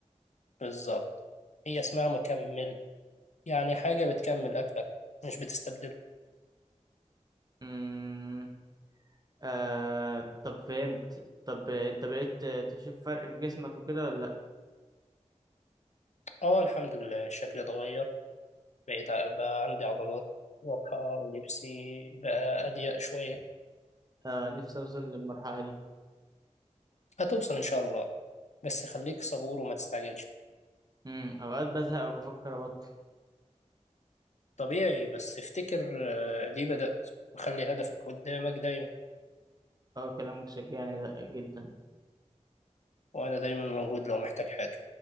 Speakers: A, on the left; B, on the right.
A: بالظبط هي اسمها مكمل يعني حاجة بتكمل أكلك مش بتستبدله
B: امم آه طب فهمت طب انت بقيت تشوف فرق في جسمك وكده ولا لا
A: اه الحمد لله شكلي اتغير بقيت ع- بقى عندي عضلات واضحة ولبسي بقى أضيق شوية
B: آه نفسي اوصل للمرحلة دي
A: هتوصل إن شاء الله بس خليك صبور وما تستعجلش
B: امم اوقات بزهق او بفكر ابطل
A: طبيعي بس افتكر آه، ليه بدأت وخلي هدفك قدامك دايما
B: اه كلامك شجعني ده جدا
A: وأنا دايما موجود لو محتاج حاجة